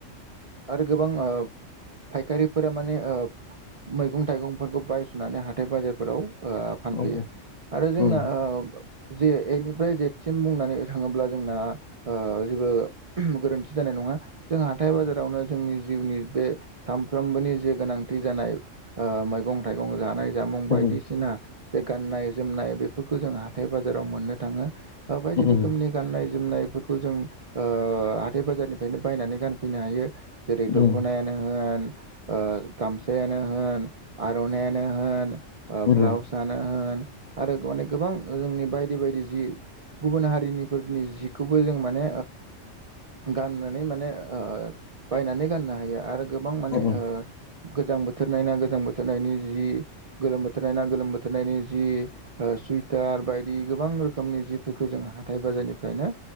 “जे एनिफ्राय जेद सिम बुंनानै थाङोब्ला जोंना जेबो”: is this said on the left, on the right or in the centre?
Right